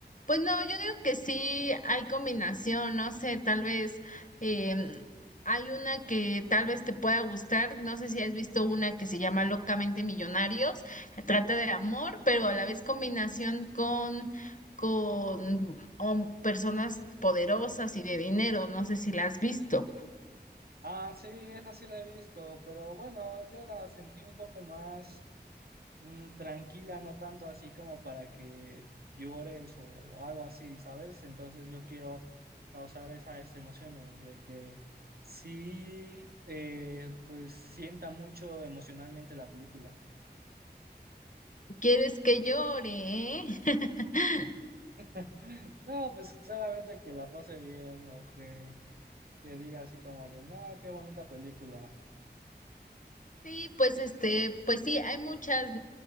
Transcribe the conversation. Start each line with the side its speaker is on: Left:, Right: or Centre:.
Left: pues no, yo digo que sí hay combinación, no sé, tal vez em, hay una que tal vez te pueda gustar, no sé si has visto una que se llama Locamente Millonarios, trata de amor, pero a la vez combinación con, con hom- personas poderosas y de dinero, no sé si la has visto.
Right: Ah, sí, esa sí la he visto, pero bueno, yo la sentí un poco más. mm, tranquila, no tanto así como para que llores o algo así, ¿sabes? Entonces yo quiero causar esas emociones de que sí, eh, pues sienta mucho emocionalmente la película.
Left: ¿Quieres que llore? eh? <laughs>
Right: <laughs> No, pues solamente que la pase bien o que, que diga así como de, no, qué bonita película.
Left: Sí, pues este, pues sí, hay muchas.